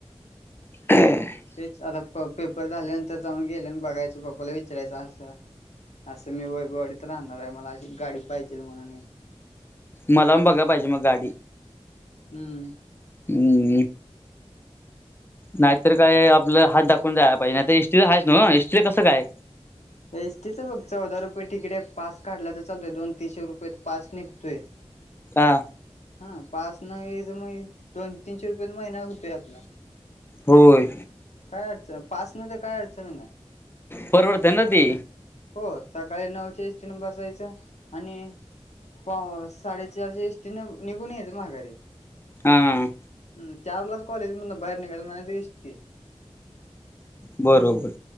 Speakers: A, on the left; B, on the left.
A: <unintelligible>
B: तेच आता प पेपर झाल्यानंतर जाऊन गेल्या आणि बघायचं पप्पाला विचारायचं असं असं मी वैभवाडीत राहणार आहे मला अशी गाडी पाहिजेल म्हणून हे
A: मला पण बघा पाहिजे मग गाडी.
B: हम्म.
A: उम्म नाहीतर काय आपला हात दाखवून जायला पाहिजे नाही एस टी ला आहेच ना एस टी ला कसं काय?
B: एस टी चं बघ चौदा रुपये तिकीट आहे पास काढला तर चालतोय दोन तीनशे रुपयत पास निघतोय. <unintelligible> <unintelligible>
A: का
B: हा पास ना घ्यायाचा मग हे दोन तीनशे रुपये महिना होतोय आपला.
A: होय
B: काय अडचण पास नव्हता काय अडचण नाही.
A: परवडते ना ती.
B: हो सकाळी नऊच्या एस टी ने बसायचं आणि त्यामुळं साडेचार जी एस टी ने निघून यायचं माघारी.
A: आं
B: हम्म चारलाच कॉलेज म्हणून बाहेर निघायच म्हणायचं ते एस टी
A: बरोबर